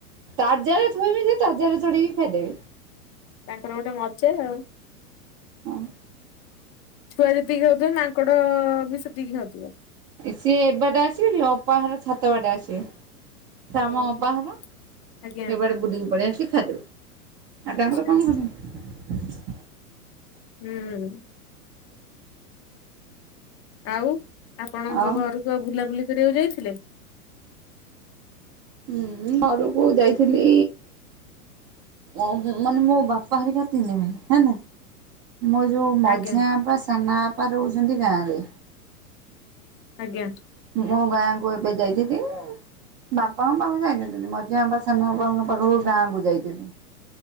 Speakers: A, on the right; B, on the left.
A: ତାଜାରେ ଥୋଇବେ ଯେ ତାଜାରେ ଚଢ଼ୀକି ଖାଇଦେବେ।
B: ତାଙ୍କର ଗୋଟେ ମଜା ଆଉ ।
A: ଆଁ ।
B: ଛୁଆ ଯେତିକି ଖାଉଥିବେ, ମାଙ୍କଡ ବି ସେତିକି ଖାଉଥିବ ।
A: ସିଏ ଏବାଟେ ଆସିବେ କି ଅପା ହର ଛାତ ବାଟେ ଆସିବେ । ଶାମ
B: ଓହୋ
A: ଅପାହର ସେ
B: ଆଜ୍ଞା
A: ବାଡେ ବୁଲିକି ପଳେଇଆସିକି ଖାଇଦେବେ। ଆଉ
B: ଆଚ୍ଛା
A: ତାଙ୍କର କଣ କରୁଛନ୍ତି?
B: ହୁଁ । ଆଉ ଆପଣଙ୍କ
A: ଆଉ
B: ଘରକୁ ଆଉ ବୁଲାବୁଲି କରିବାକୁ ଯାଇଥିଲେ?
A: ହୁଁ ଘରକୁ ଯାଇଥିଲି। ଉଁ ହୁଁ ମାନେ ମୋ ବାପା ହେରିକା ତିନି ଭାଇ ହେନା। ମୋ ଯେଉଁ ମଝିଆ
B: ଆଜ୍ଞା
A: ଆମ୍ପା ସାନା ବାପା ରହୁଛନ୍ତି ଗାଁରେ।
B: ଆଜ୍ଞା
A: ମୁ ଗାଁ କୁ ଏବେ ଯାଇଥିଲି। ବାପାଙ୍କ ପାଖକୁ ଯାଇନଥିଲି। ମଝିଆ ବା ସାନ ବାପାଙ୍କ ପାଖକୁ ଗାଁ କ ଯାଇଥିଲି।